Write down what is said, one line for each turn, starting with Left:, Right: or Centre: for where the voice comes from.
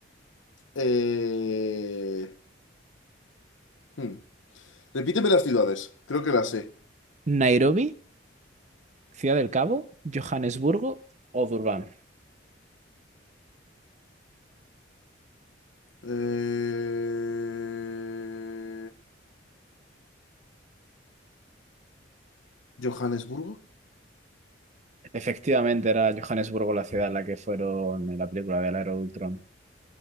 Left: eh, hmm. Repíteme las ciudades, creo que las sé.
Right: ¿Nairobi, Ciudad del Cabo, Johannesburgo o Durban?
Left: Eh, ¿Johannesburgo?
Right: Efectivamente, era Johannesburgo la ciudad en la que fueron en la película del Aero de Ultron.